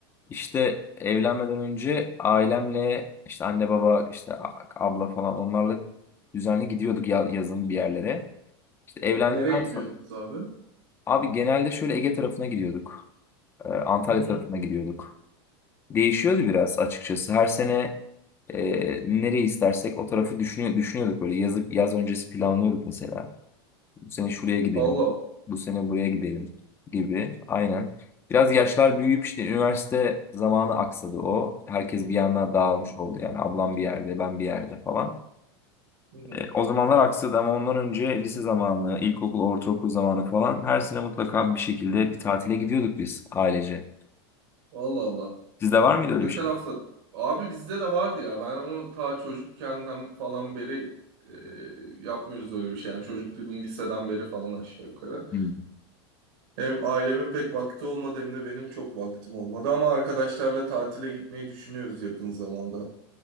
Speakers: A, on the left; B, on the right.
A: işte evlenmeden önce ailemle işte anne baba işte a- abla falan onlarla düzenli gidiyorduk ya- yazın bir yerlere. İşte evlendikten
B: Nereye gidiyordunuz
A: sonra
B: abi?
A: abi genelde şöyle Ege tarafına gidiyorduk. Ee, Antalya
B: Hı hı.
A: tarafına gidiyorduk. değişiyordu biraz açıkçası. Her sene e, nereyi istersek o tarafı düşünüyor, düşünüyorduk böyle. Yazıp yaz öncesi planlıyorduk mesela. Bu sene şuraya gidelim.
B: Allah.
A: Bu sene buraya gidelim gibi. Aynen. Biraz yaşlar büyüyüp
B: Hı
A: işte üniversite zamanı aksadı o. Herkes bir yana dağılmış
B: hı,
A: oldu yani. Ablam bir yerde, ben bir yerde falan.
B: hı hı.
A: E, o zamanlar aksadı ama ondan önce lise zamanı, ilkokul, ortaokul zamanı falan her sene mutlaka bir şekilde bir tatile gidiyorduk biz ailece.
B: Allah Allah.
A: Sizde var mıydı öyle
B: Ne
A: bir şey?
B: tarafla? Abi bizde de vardı ya. Ben ama ta çocukkenden falan beri e, yapmıyoruz öyle bir şey. Yani çocuk dedim liseden beri falan aşağı yukarı.
A: Hmm,
B: Hem ailemin pek vakti olmadı hem de benim çok vaktim olmadı. Ama arkadaşlarla tatile gitmeyi düşünüyoruz yakın zamanda.